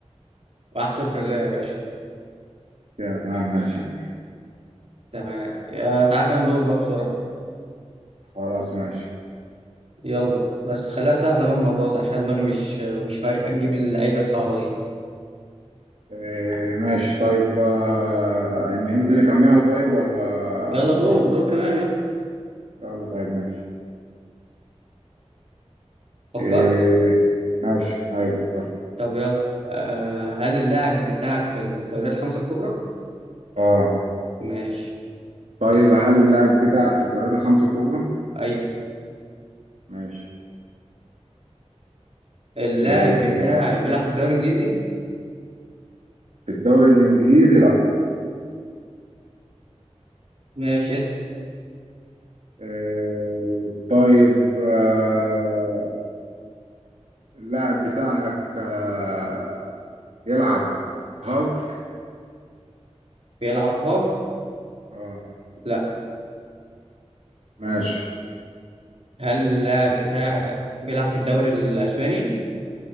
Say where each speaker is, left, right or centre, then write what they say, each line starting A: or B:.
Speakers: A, on the right; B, on the right.
A: واحد صفر ليا يا باشا
B: كده تمام ماشي يا عم
A: تمام يا تعالى كمان دور بقى بسرعة
B: خلاص ماشي
A: يلا بس خليها سهلة بقى المرة دي عشان دماغي مش مش فايقة تجيب اللعيبة الصعبة دي
B: إيه ماشي طيب آه، يعني ننزل نكملها طيب ولا
A: يلا
B: براحتك
A: دور دور كمان يلا
B: يلا طيب ماشي
A: فكرت
B: إيه ماشي ايوه فكرت
A: طب يلا آه هل اللاعب بتاعك في الدوريات الخمسة الكبرى؟
B: اه
A: ماشي
B: طيب
A: اسم
B: هل اللاعب بتاعك في الدوريات الخمسة الكبرى؟
A: أيوه
B: ماشي
A: اللاعب
B: إيه
A: بتاعي بيلعب في الدوري الإنجليزي؟
B: في الدوري الإنجليزي لا
A: ماشي اسم
B: إيه طيب آه، اللاعب بتاعك آه، بيلعب هاف
A: بيلعب هاف؟
B: اه
A: لا.
B: ماشي
A: هل اللاعب بتاعك بيلعب في الدوري الأسباني؟